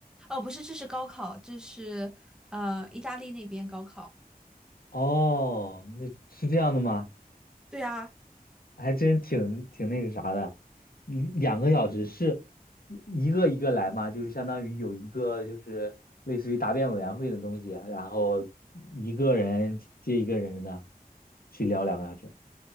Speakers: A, in the centre; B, on the left.
A: 哦，不是，这是高考，这是呃意大利那边高考。
B: 哦，那是这样的吗？
A: 对啊，
B: 还真挺挺那个啥的，一两个小时是一个一个来嘛，就是相当于有一个就是类似于答辩委员会的东西，然后一个人接一个人的去聊两个小时。